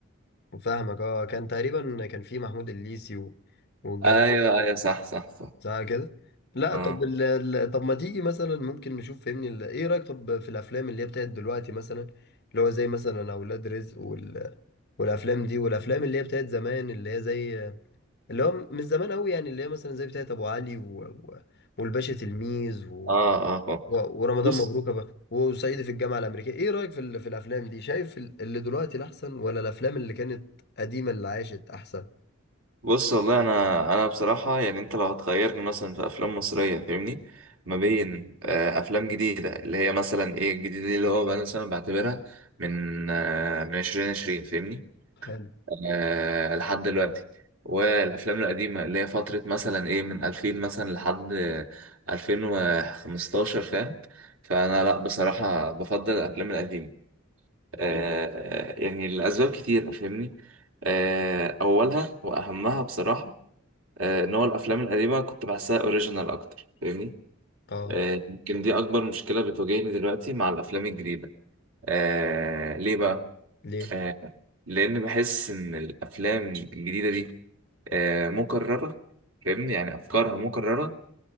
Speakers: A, on the left; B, on the right.
A: فاهمك اه كان تقريبا كان فيه محمود الليثي و... والجماعة
B: أيوه أيوه صح صح صح
A: صح كده لا
B: آه
A: طب ال... ال- طب ما تيجي مثلا ممكن نشوف فهمني ال... ايه رأيك طب في الافلام اللي هي بتاعت دلوقتي مثلا اللي هو زي مثلا اولاد رزق وال... والافلام دي والافلام اللي هي بتاعت زمان اللي هي زي اللي هو من زمان قوي يعني اللي هي مثلا زي بتاعت ابو علي و... و... والباشا تلميذ و...
B: آه آه آه.
A: و... ورمضان
B: بص
A: مبروك بقى وصعيدي في الجامعة الأمريكية ايه رأيك في ال... في الافلام دي شايف ال- اللي دلوقتي الاحسن ولا الافلام اللي كانت قديمة اللي عاشت احسن
B: بص والله أنا أنا بصراحة يعني أنت لو هتخيرني مثلا في أفلام مصرية فاهمني ما بين آه، أفلام جديدة اللي هي مثلا إيه الجديدة دي اللي هو بقى مثلا بعتبرها من آه، من عشرين عشرين فاهمني
A: حلو
B: آه لحد دلوقتي والافلام القديمه اللي هي فتره مثلا ايه من 2000 مثلا لحد 2015 فاهم فانا لا بصراحه بفضل الافلام القديمه آه يعني لاسباب كتير فاهمني آه اولها واهمها بصراحه آه ان هو الافلام القديمه كنت بحسها اوريجينال اكتر فاهمني
A: اه
B: آه، يمكن دي اكبر مشكله بتواجهني دلوقتي مع الافلام الجديده آه ليه بقى
A: ليه
B: آه، لان بحس ان الافلام الجديده دي آه، مكرره فاهمني يعني افكارها مكرره